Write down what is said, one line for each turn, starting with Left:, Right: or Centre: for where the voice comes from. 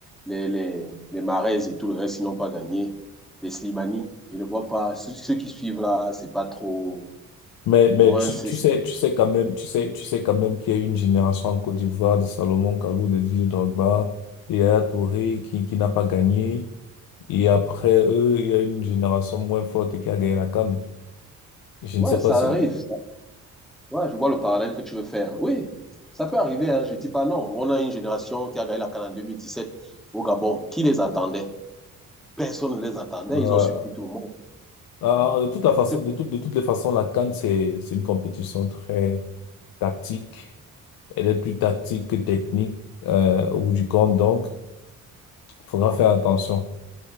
Centre: Les, les, les Mahrez et tout le reste, ils n'ont pas gagné. Les Slimani, ils ne voient pas. Ceux, ceux qui suivent là, c'est pas trop.
Left: Mais,
Centre: Du
Left: mais
Centre: moins,
Left: tu,
Centre: c'est.
Left: tu
Centre: c'est-
Left: sais, tu sais quand même, tu sais, tu sais quand même qu'il y a eu une génération en Côte d'Ivoire de Salomon Kalou, de Didier Drogba, de Yaya Touré qui, qui n'a pas gagné. Et après eux, il y a une génération moins forte qui a gagné la CAN. Je
Centre: Ouais,
Left: ne sais pas
Centre: ça
Left: si,
Centre: arrive.
Left: euh,
Centre: ça. Ouais, je vois le parallèle que tu veux faire. Oui, ça peut arriver, hein, je ne dis pas non. On a une génération qui a gagné la CAN en 2017 au Gabon. Qui les attendait? Personne ne les attendait.
Left: ah,
Centre: Ils ont surpris tout le monde.
Left: ah,
Centre: Donc,
Left: de toute la façon,
Centre: c'est
Left: de toute, de toutes les façons, la CAN, c'est, c'est une compétition très tactique Elle est plus tactique que technique, euh, au bout du compte, donc il faudra faire attention.